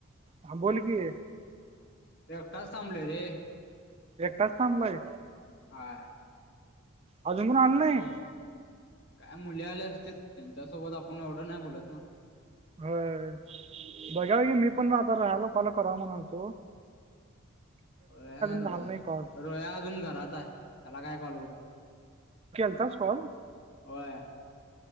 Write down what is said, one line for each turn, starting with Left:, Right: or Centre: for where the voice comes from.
Right: हा.. बोल की
Left: एकटाच थांबलोय रे
Right: एकटाच थांबलाय
Left: हाय
Right: अजून कोण आलं नाही?
Left: पाऊस काय मुली आल्या असतील त्यांच्यासोबत आपुण एवढं नाही बोलत ना.
Right: होय बघा की मी पण आता राहाला कॉल करा म्हणालतो.
Left: रोया काय रोया
Right: झाला नाही कॉल
Left: रोया अजून घरात आहे त्याला काय कॉल करतो?
Right: तास कॉल
Left: होय